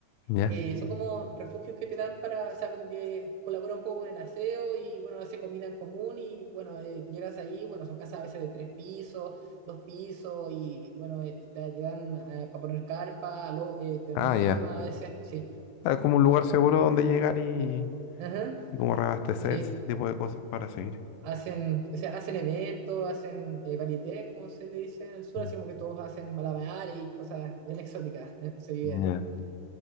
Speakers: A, on the left (about 85°); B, on the right (about 80°).
A: Ya.
B: Eh, son como refugios que te dan para, o sea, como que colabora un poco con el aseo y bueno, hace comida en común y bueno, eh, llegas ahí, bueno, son casas a veces de tres pisos, dos pisos y bueno, eh, te, te dan eh, para poner carpa, alo- eh, te
A: Ah,
B: dan cama
A: ya.
B: a veces, sí.
A: Ah, como un lugar seguro donde llegar y,
B: Ajá,
A: y como reabastecerse,
B: sí.
A: ese tipo de cosas para seguir.
B: hacen, o sea, hacen eventos, hacen eh, varieté, como se le dice en el sur,
A: Mm,
B: así como que todos hacen malabares y cosas bien exóticas, eh, se vive
A: Ya.
B: de todo.